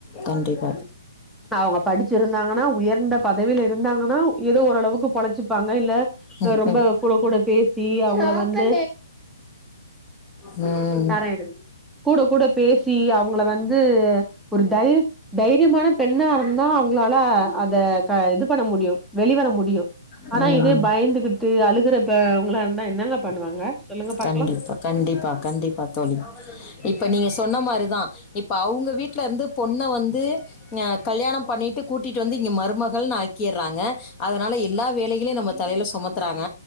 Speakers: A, on the left; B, in the centre.
A: கண்டிப்
B: அவ்ங்க படிச்சிருந்தாங்கனா உயர்ந்த பதவில இருந்தாங்கனா எதோ ஓரளவுக்கு கொலச்சிப்பாங்க இல்ல
A: ம்,
B: ரொம்ப கூட கூட பேசி அவங்க வந்து
A: ம்
B: தரே இரு கூட கூட பேசி அவ்ங்கள வந்து ஒரு தை தைரியமான பெண்ணா இருந்தா அவ்ங்களால அத க இது பண்ண முடியு வெளிவர முடியு
A: ம்.
B: ஆனா இதே பயந்துகிட் டு அழுகுறப்ப அவங்களா இருந்தா என்னங்க பண்ணுவாங்க சொல்லுங்க பாக்கலா
A: கண்டிப்பா கண்டிப்பா கண்டிப்பா தோழி இப்ப நீங்க சொன்ன மாரிதா இப்ப அவ்ங்க வீட்ல இருந்து பொண்ண வந்து அ கல்யாணம் பண்ணிட்டு கூட்டிட்டு வந்து இங்க மருமகள்னு ஆக்கிறாங்க அதனால எல்லா வேலைகளையு நம்ம தலைல சுமத்துறாங்க